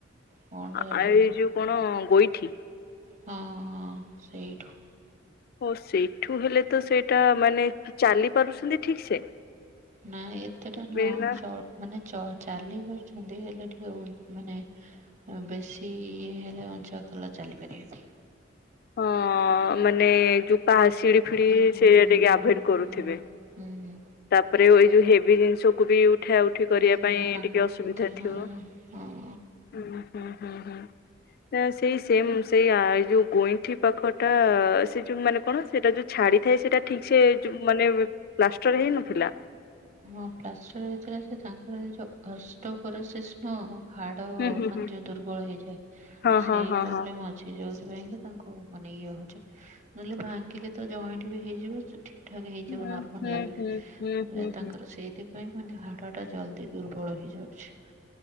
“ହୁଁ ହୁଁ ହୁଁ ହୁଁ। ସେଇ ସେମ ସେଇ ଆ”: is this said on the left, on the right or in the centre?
Left